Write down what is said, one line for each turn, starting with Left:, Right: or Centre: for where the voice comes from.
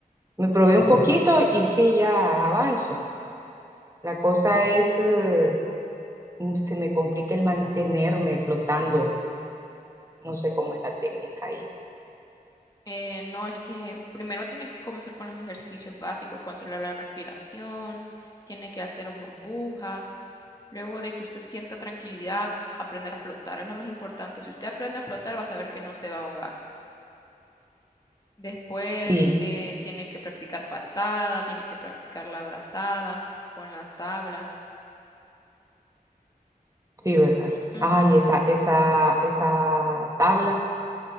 Right: Me probé un poquito y sí, ya avanzo. La cosa es, eh, se me complica el mantenerme flotando. No sé cómo es la técnica ahí.
Left: Eh, no, es que primero tiene que comenzar con los ejercicios básicos, controlar la respiración, tiene que hacer burbujas. Luego de que usted sienta tranquilidad, aprender a flotar es lo más importante. Si usted aprende a flotar, va a saber que no se va a ahogar. Después
Right: Sí,
Left: eh, tiene que practicar patada, tiene que practicar la abrazada con las tablas.
Right: sí, ¿verdad?
Left: Ujú.
Right: Ay, esa, esa, esa tabla.